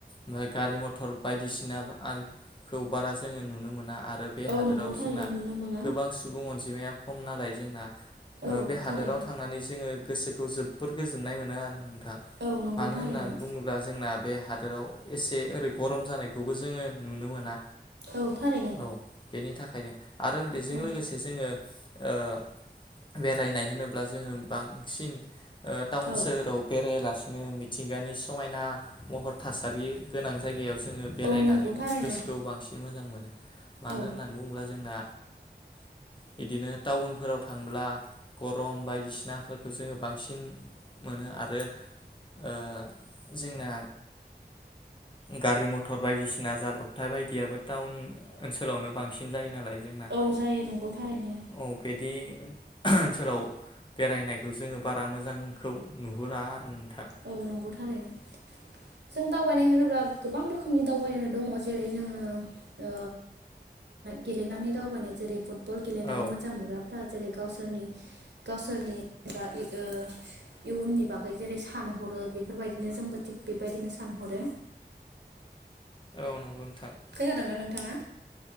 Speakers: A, on the left; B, on the right.
A: ओमफाय गारि मथर बायदिसिना आरो खौ बारा जोङो नुनो मोना आरो बे
B: औ
A: हादोराव
B: नंगौ थारैनो
A: जोंना
B: नुनो मोना
A: गोबां सुबुं अनजिमाया खम नालाय जोंना
B: औ
A: बे ओ हादोराव
B: थारैनो
A: थांनानै जोङो गोसोखौ जोबोर गोजोननाय मोनो नोंथां
B: औ नंगौ
A: मानो
B: थारैनो
A: होननानै बुङोब्ला जोंना बे हा दोराव एसे ओरै गरम जानायखौबो जोङो नुनो मोना।
B: औ थारैनो।
A: औ बेनि थाखायनो आरो बेजों
B: औ
A: लोगोसे जोङो ओ बेरायनाय होनोब्ला जोङो बांसिन ओ टाउन
B: औ
A: सोहोराव बेरायालासिनो मिथिंगानि समायना महर थासारि गोनां जायगायाव जोङो बेरायनानै
B: औ नंगौ थारैनो
A: गोसोखौ बांसिन मोजां मोनो मानो
B: औ
A: होननानै बुङोब्ला जोंना बिदिनो टाउनफोराव थांब्ला गरम बायदिसिनाफोरखौ जोङो बांसिन मोनो आरो। ओ जोंना गारि मथर बायदिसिना जाब्रबथाय बायदियाबो टाउन ओनसोलावनो बांसिन जायो नालाय जोंना
B: औ जायो नंगौ थारैनो
A: औ बिदि ओनसोलाव बेरायनायखौ जोङो बारा मोजांखौ नु हुरा आरो नों
B: औ नंगौ थारैनो। जों दावबायनाय होनोब्ला गोबां रोखोमनि दावबायनो दङ जेरै जोङो ओ गेलेनानै दावबायनाय जेरै फुट बल गेलेनानै
A: औ
B: मोजां मोनग्राफ्रा जेरै गावसोरनि गावसोरनि एबा ओ इयुननि बागै जेरै सानहरो बेफोरबायदिनो जोंबो थिग बेबायदिनो सानहरो
A: औ नंगौ नों
B: खोनादोंना नोंथाङा?